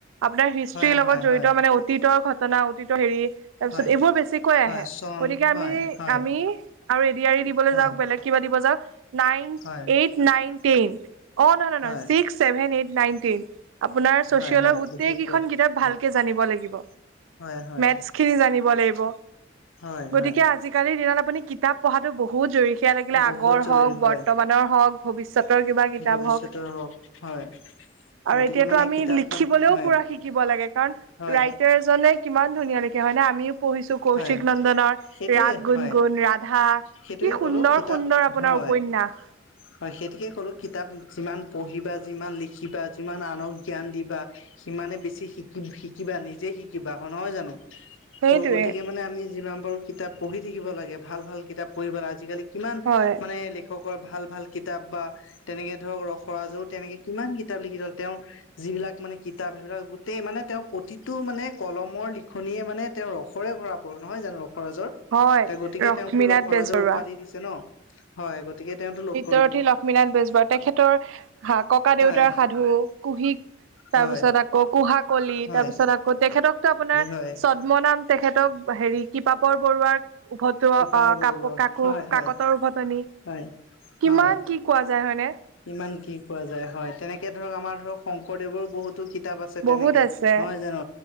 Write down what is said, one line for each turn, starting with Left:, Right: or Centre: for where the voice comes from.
Right: আপোনাৰ, হিষ্ট্ৰীৰ
Left: হয়
Right: লগত
Left: হয়
Right: জড়িত
Left: হয়
Right: মানে অতীতৰ ঘটনা, অতীতৰ হেৰি তাৰপিছত
Left: হয়
Right: এইবোৰ বেছিকৈ
Left: হয়
Right: আহে।
Left: চন
Right: গতিকে আমি-আমি
Left: হয় হয়
Right: আৰু এ ডি এৰি দিবলৈ
Left: হয়
Right: যাওঁক, বেলেগ কিবা দিব যাওঁক নাইন,
Left: হয়
Right: এইট, নাইন, টেন অ, নহয়-নহয়-নহয়
Left: হয়,
Right: six, seven, eight, nine, ten. আপোনাৰ চচিয়েলৰ
Left: হয়, হয়,
Right: গোটেই
Left: বিশেষকে
Right: কেইখন কিতাপ
Left: হয়,
Right: ভালকে জানিব লাগিব।
Left: হয়, হয়,
Right: মেথচ খিনি জানিব লাগিব।
Left: হয়,
Right: গতিকে
Left: হয়,
Right: আজিকালিৰ দিনত আপুনি কিতাপ পঢ়াটো বহুত জৰুৰী। সেয়া লাগিলে
Left: বহুত
Right: আগৰ
Left: জৰুৰী
Right: হওঁক,
Left: হয়,
Right: বৰ্তমানৰ হওঁক ভৱিষ্যতৰ কিবা কিতাপ
Left: ভৱিষ্যতৰ
Right: হওঁক।
Left: হওক হয়,
Right: আৰু
Left: গতিকে
Right: এতিয়াতো
Left: মানে
Right: আমি
Left: কিতাপ
Right: লিখিবলৈও
Left: মান হয়,
Right: পুৰা শিকিব লাগে। কাৰণ
Left: হয়,
Right: ৰাইটাৰজনে কিমান ধুনীয়া লিখে হয় নে? আমিও পঢ়িছোঁ কৌশিক
Left: হয়,
Right: নন্দনৰ,
Left: সেইটোৱে
Right: ৰাগ গুণ-গুণ,
Left: হয়,
Right: ৰাধা কি
Left: সেইটোৱে
Right: সুন্দৰ-সুন্দৰ
Left: ক'লো কিতাপ
Right: আপোনাৰ
Left: হয়,
Right: উপন্যাস।
Left: হয় সেইতিকে ক'লোঁ কিতাপ যিমান পঢ়িবা, যিমান লিখিবা, যিমান আনক জ্ঞান দিবা সিমানে বেছি শিকি শিকিবা নিজে শিকিবা হয় নহয় জানো?
Right: সেইটোৱে
Left: ত' গতিকে মানে আমি যিমান পাৰো কিতাপ পঢ়ি থাকিব লাগে ভাল ভাল কিতাপ পঢ়িব লাগে। আজিকালি কিমান
Right: হয়
Left: মানে লেখকৰ ভাল-ভাল কিতাপ বা তেনেকে ধৰক ৰসৰাজও তেনেকে কিমান কিতাপ লিখি গ'ল, তেওঁৰ যিবিলাক মানে কিতাপ সেইবিলাক গোতেই মানে তেওঁ প্ৰতিটো মানে কলমৰ লিখনিয়ে মানে তেওঁ ৰসৰে ভৰা নহয় জানো ৰসৰাজৰ?
Right: হয়
Left: ত গতিকে
Right: লক্ষ্মীনাথ
Left: তেওঁকতো ৰসৰাজৰ
Right: বেজবৰুৱা
Left: উপাধি দিছে ন? হয়। গতিকে তেওঁতো ল
Right: ৰথী লক্ষ্মীনাথ বেজবৰুৱা তেখেতৰ হা, ককা
Left: হয়
Right: দিওঁতাৰ সাধু, কুহিক
Left: হয়।
Right: তাৰপিছত আকৌ কুহা কলি।
Left: হয়
Right: তাৰপিছত আকৌ তেখেটকটো আপোনাৰ
Left: হয়
Right: পদ্মনাম তেখেতক হেৰি কৃপাপৰ বৰুৱাৰ উভতো
Left: কৃপাবৰ
Right: অ
Left: বৰুৱা
Right: কাপো কাকো
Left: হয় হয়
Right: কাকতৰ উভতনি।
Left: হয়
Right: কিমান
Left: হয়
Right: কি কোৱা যায় হয়নে?
Left: ইমান কি কোৱা যায় হয়, তেনেকে ধৰক আমাৰ ধৰক শংকৰদেৱৰো বহুতো কিতাপ আছে তেনেকে
Right: বহুত আছে
Left: নহয় জানো?